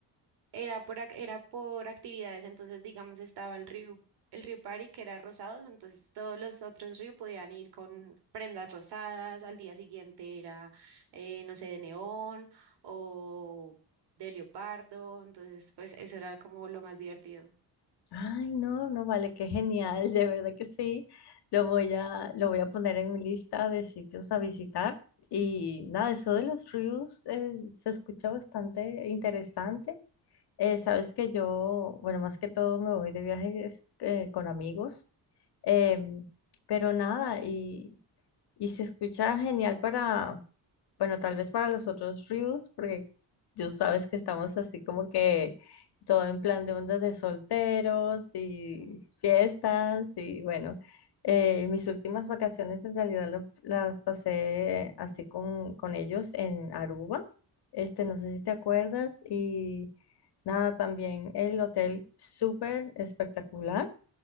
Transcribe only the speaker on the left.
Ay, no, no vale, qué genial, de verdad que sí. Lo voy a, lo voy a poner en mi lista de sitios a visitar. Y nada, eso de los ríos eh, se escucha bastante interesante. Eh, sabes que yo, bueno, más que todo me voy de viajes eh, con amigos. Em, pero nada, y, y se escucha genial para Bueno, tal vez para los otros ríos porque tú sabes que estamos así como que todo en plan de ondas de solteros y
fiestas y bueno, eh, mis últimas vacaciones en realidad lo- las pasé así con, con ellos en Aruba, este, no sé si te acuerdas y nada, también el hotel súper espectacular.